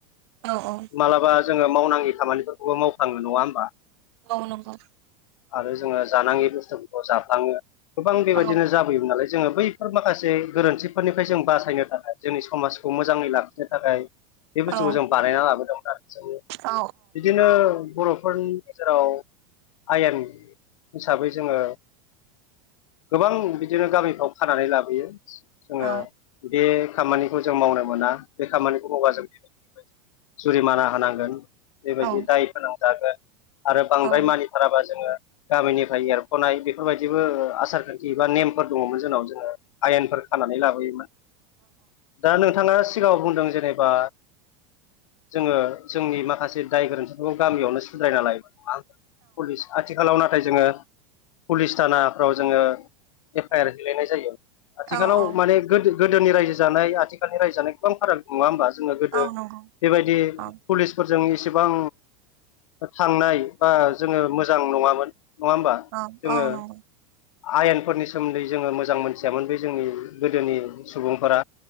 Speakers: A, on the right (about 55°); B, on the left (about 80°).
A: औ औ
B: मालाबा जोङो मावनांगि खामानिफोरखौबो मावफ्लाङो नङा होमबा
A: औ नगौ ।
B: आरो जोङो जानाङि बुस्थुफोरखौ जाफ्लाङो गोबां बेबायदिनो
A: औ
B: जाबोयोमोन नालाय जोङो बैफोर माखासे गोरोन्थिफोरनिफ्राय जों बासायनो थाखाय जोंनि समाजखौ मोजाङै लाखिनो थाखाय बे बुस्थुखौ
A: औ
B: जों बानायना लाबोदोंमोन आरो जों
A: औ
B: बिदिनो बर'फोरनि गेजेराव आयेन हिसाबै जोङो गोबां बिदिनो गामिफ्राव फानानै लाबोयो जोङो
A: औ
B: बे खामानिखौ जों मावनो मोना बे खामानिखौ मावा जों बे जुरिमाना होनांगोन बेबायदि
A: औ
B: दाय फोनांजागोन । आरो बांद्राय
A: औ
B: मानिथाराबा जोङो गामिनिफ्राय एरख'नाय बेफोरबायदिबो आसार खान्थि ए बा नेमफोर दंङ मोन जोंनाव जोंङोनाव। आयेनफोर खानानै लाबोयोमोन दा नोंथांङा सिगांङाव बुंदों जेनेबा जोंङो जोंनि माखासे दाय गोरोन्थिफोरखौ गामियावनो सुद्रायना लायो । पुलिस आथिखालाव नाथाय जोंङो पुलिस थानाफ्राव जोङो एफ आइ आर हैलायनाय जायो । आथिखालाव
A: औ
B: माने गोदोनि रायजो जानाय आथिखालनि रायजो जानाय गोबां फाराग नङा होमबा? जोङो गोदो
A: औ नंगौ।
B: बेबायदि
A: औ
B: पुलिसफोर जों एसेबां थांनाय बा जोंङो मोजां नङामोन। नङा होमबा
A: औ -
B: जोङो
A: औ नंगौ।
B: आयेनफोरनि सोमोन्दै जोंङो मोजां मोनथियामोन बे जोंनि गोदोनि सुबुंफोरा।